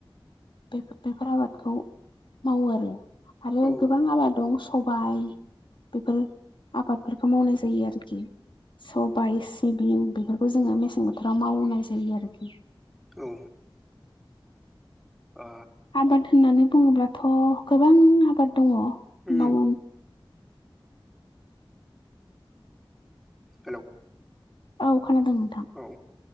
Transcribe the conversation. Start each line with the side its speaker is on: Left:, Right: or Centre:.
Left: बेफो-बेफोर आबादखौ मावो आरो आरो
Centre: औ
Left: गोबां आबाद दं सबाइ बेफोर आबादफोरखौ मावनाय जायो आरोखि सबाइ, सिबिं बेफोरखौ जोङो मेसें बोथोराव मावनाय जायो आरोखि
Centre: औ आ
Left: आबाद होननानै बुङोब्लाथ' गोबां आबाद दङ
Centre: उम
Left: माव
Centre: हेलौ
Left: औ खोनादों नोंथां
Centre: औ